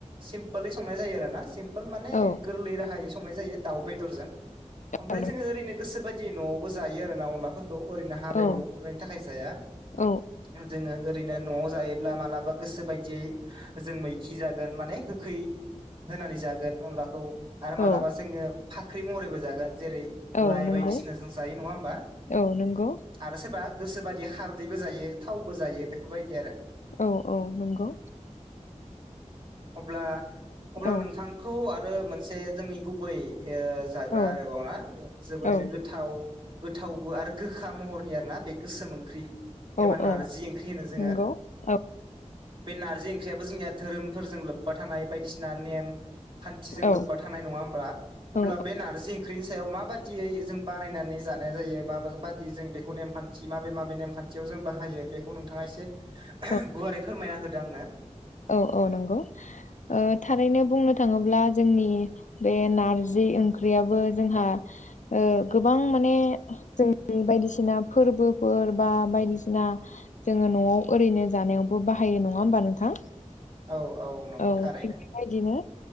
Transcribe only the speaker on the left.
औ
औ
नंगौ
औ
औ
औ
नंगौ
औ नंगौ
औ औ नंगौ।
औ
औ
औ
औ
औ
नंगौ औ
औ
औ
<inaudible>
औ औ नंगौ ओ थारैनो बुंनो थाङोब्ला जोंनि। बे नारजि ओंख्रियाबो जोंहा ओ गोबां माने जों बायदिसिना फोरबोफोर बा बायदिसिना जोङो न'आव ओरैनो जानायावबो बाहायो नङा होमबा नोंथां?
औ
थिग बेबादिनो